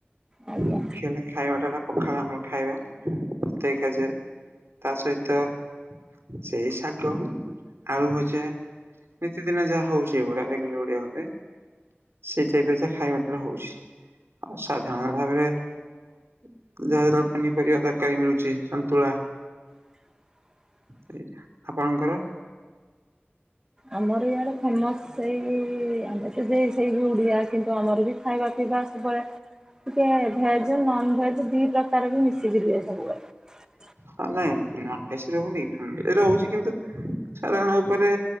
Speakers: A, on the right; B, on the right.
A: ଆଜ୍ଞା।
B: ମୂଖ୍ୟ ହେଲା ଖାଇବା ଟା ପଖାଳ ଆମର ଖାଇବା। ଏତିକି ଖିଆ ଯାଏ ତା ସହିତ ସେଇ ଶାଗ ଆଳୁ ଭଜା। ନିତିଦିନ ଯାହା ହଉଛି ଏ ଗୁଡା ରେଗୁଲାର ଓଡିଆ ଘରେ। ସେଇ ଟାଇପରେ ଯ ଖାଇବାଟ ହଉଛି। ଆଉ ସାଧାରଣ ଭାବରେ ଯାହାଦ୍ଵାରା ପନିପରିବା ତରକାରୀ ମିଳୁଛି। ସନ୍ତୁଳା
A: <inaudible>
B: ସେଇଟା ଆପଣଙ୍କର?
A: ଆମର ଇଆଡେ ଫେମସ ସେଇ ଆମେ ତ ସେଇ ବି ଓଡିଆ କିନ୍ତୁ ଆମର ବି ଖାଇବା ପିଇବା ସବୁ ଉରା। ଟିକେ ଭେଜ ନନଭେଜ ଦି ପ୍ରକାର ବି ମିଶିକିରି ହୁଏ ସବୁବେଳେ।
B: ହଁ ନାଇଁ ନନଭେଜ ରହୁନି ନନଭେଜ ରହୁଛି। କିନ୍ତୁ ସାଧାରଣ ଉପରେ